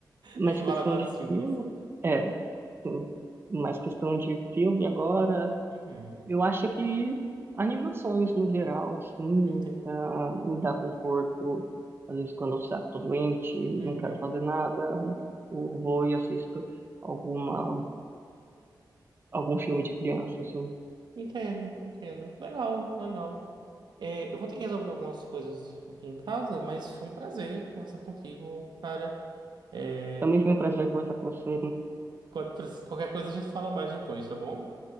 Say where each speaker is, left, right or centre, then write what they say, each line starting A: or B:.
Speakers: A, on the right (about 30°); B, on the right (about 70°).
A: mais
B: Equivale
A: questão
B: a vários
A: de
B: filmes.
A: filme. É, sim. Mais questão de filme agora.
B: Uhum.
A: Eu acho que animações no geral, assim, me
B: Entendo.
A: dá, me dá conforto. Às vezes quando eu sa- tô doente,
B: Uhum.
A: não quero fazer nada, aí eu vou e assisto alguma, algum filme de criança, assim.
B: Entendo, entendo. Legal, legal. É, eu vou ter que resolver algumas coisas aqui em casa, mas foi um prazer conversar contigo, cara. É,
A: Também foi um prazer conversar com você.
B: qual- qualquer coisa a gente fala mais depois, tá bom?